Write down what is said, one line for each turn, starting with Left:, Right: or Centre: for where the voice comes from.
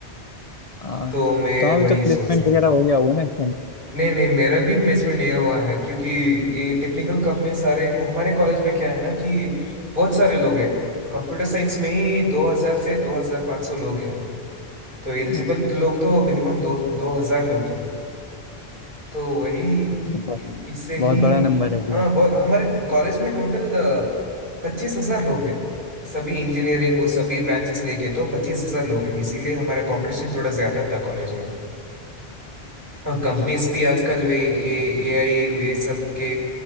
Left: आ,
Right: तो मैं
Left: तो हाँ
Right: वही
Left: अभी तो प्लेसमेंट
Right: सोच रहा
Left: वगैरह
Right: था
Left: हो गया होगा ना इस time?
Right: नहीं नहीं मेरा भी प्लेसमेंट नहीं हुआ है क्योंकि ये टेक्निकल कंपनी सारे हमारे कॉलेज में क्या है ना कि बहुत सारे लोग हैं कंप्यूटर साइंस में ही 2000 से 2500 लोग हैं तो एलिजिबल
Left: अरे
Right: लोग तो मिनिमम दो 2000 लोग हैं तो वही
Left: ये
Right: इ-
Left: तो बहुत,
Right: इससे
Left: बहुत
Right: ही
Left: बड़ा नंबर है हुआ
Right: हाँ
Left: है।
Right: बहुत हमारे कॉलेज में टोटल पच्चीस हजार लोग हैं सभी इंजीनियरिंग वो सभी ब्रांचेस लेके तो पच्चीस हजार लोग हैं इसीलिए हमारा कंपटीशन थोड़ा ज्यादा था कॉलेज में और कंपनीज भी आजकल वे ये एआई ये सब के